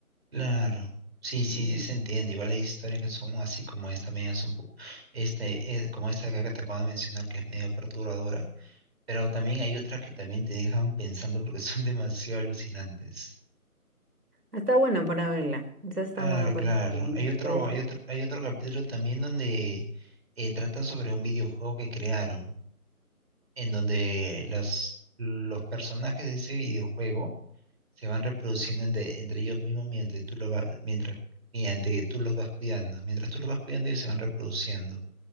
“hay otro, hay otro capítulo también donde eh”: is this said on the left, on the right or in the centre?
Right